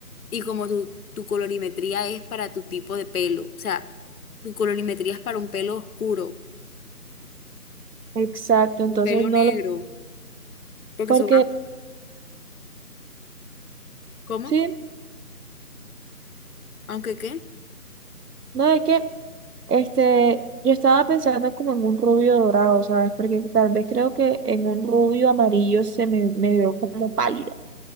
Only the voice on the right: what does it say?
Exacto, entonces
no
lo,
porque
sí,
no es que este, yo estaba pensando como en un rubio dorado, ¿sabes? Porque tal vez creo que en un rubio amarillo se me, me veo como pálida,